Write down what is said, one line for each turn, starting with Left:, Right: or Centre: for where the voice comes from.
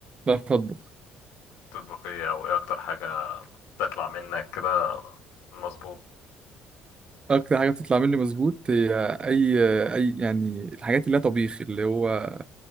Right: بعرف أطبخ
Left: تطبخ ايه او ايه اكتر حاجة تطلع منك كده مظبوط
Right: أكتر حاجة بتطلع مني مظبوط هي أي أي يعني الحاجات اللي هي طبيخ اللي هو